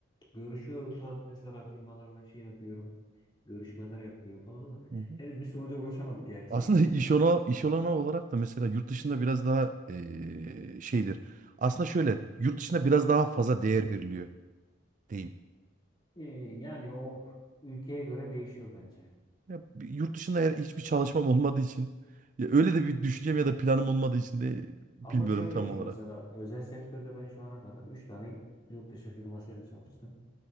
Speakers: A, on the left (about 25°); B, on the right (about 40°).
A: görüşüyorum şu an mesela firmalarla şey yapıyorum. Görüşmeler yapıyorum falan ama
B: hı hı.
A: henüz bir sonuca ulaşamadık gerçi.
B: Aslında
A: <laughs>
B: iş ona iş olanağı olarak da mesela yurt dışında biraz daha ee, şeydir. Aslında şöyle yurt dışında biraz daha fazla değer veriliyor diyeyim.
A: E, yani o ülkeye göre değişiyor bence.
B: Ya, bir- yurt dışında eğer hiçbir çalışmam olmadığı için ya öyle de bir düşüncem ya da planım olmadığı için de bilmiyorum
A: Ama şöyle
B: tam
A: bir şey
B: olarak.
A: mesela özel sektörde ben şu ana kadar 3 tane yurt dışı firmasıyla çalıştım.